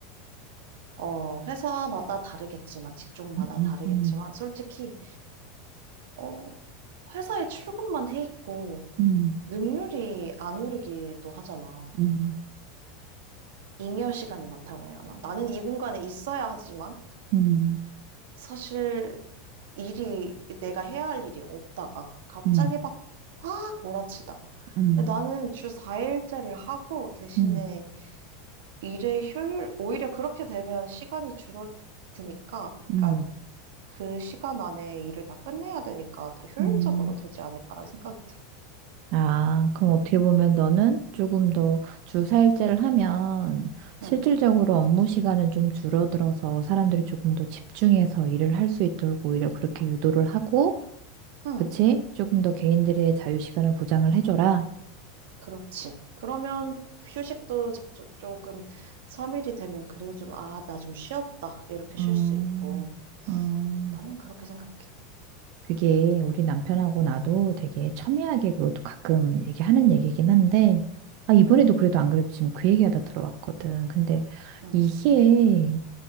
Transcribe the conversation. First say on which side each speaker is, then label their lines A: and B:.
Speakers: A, on the right; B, on the right.
A: 어, 회사마다 다르겠지만, 직종마다
B: 음,
A: 다르겠지만,
B: 음,
A: 솔직히, 어, 회사에 출근만 해 있고,
B: 음, 음,
A: 능률이 안 오르기도 하잖아.
B: 음,
A: 잉여 시간이 많다고 해야 하나? 나는 이 공간에 있어야 하지만,
B: 음,
A: 사실 일이 내가 해야 할 일이 없다가 갑자기
B: 음,
A: 막, 확 몰아치다가
B: 음,
A: 근데 나는 주 4일째를 하고 대신에
B: 음.
A: 일의 효율 오히려 그렇게 되면 시간이 줄어드니까
B: 음,
A: 그러니까 그 시간 안에 일을 다 끝내야 되니까 더 효율적으로
B: 음.
A: 되지 않을까라는 생각이 들어.
B: 아, 그럼 어떻게 보면 너는 조금 더 주사일제를 하면 실질적으로
A: 응,
B: 업무 시간은 좀 줄어들어서 사람들이 조금 더 집중해서 일을 할 수 있도록 오히려 그렇게 유도를 하고,
A: 응,
B: 그치? 조금 더 개인들의 자유 시간을 보장을 해줘라.
A: 그렇지. 그러면 휴식도 적, 적- 조금 3일이 되면 그래도 좀, 아, 나 좀 쉬었다. 이렇게
B: 음,
A: 쉴 수 있고.
B: 음,
A: 나는 그렇게 생각해.
B: 그게 우리 남편하고 나도 되게 첨예하게 그것도 가끔 얘기하는 얘기긴 한데, 아, 이번에도
A: 응,
B: 그래도 안 그래도 지금 그 얘기하다 들어왔거든. 근데
A: 응.
B: 이게